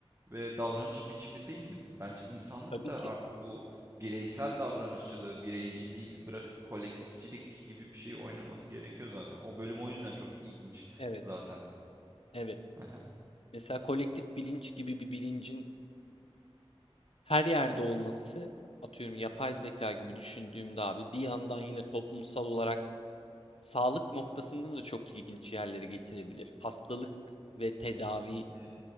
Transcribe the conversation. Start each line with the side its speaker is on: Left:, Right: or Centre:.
Right: ve davranış biçimi değil midir? Bence insanlık
Left: Tabii
Right: da
Left: ki.
Right: artık bu bireysel davranışçılığı, bireyciliği bir bırakıp kolektifçilik gibi bir şeyi oynaması gerekiyor zaten. O bölüm o yüzden çok ilginç
Left: Evet,
Right: zaten.
Left: evet.
Right: Aha.
Left: Mesela kolektif bilinç gibi bir bilincin her yerde olması, atıyorum yapay zeka gibi düşündüğümde abi bir yandan yine toplumsal olarak sağlık noktasında da çok ilginç yerlere getirebilir. Hastalık ve tedavi
Right: N-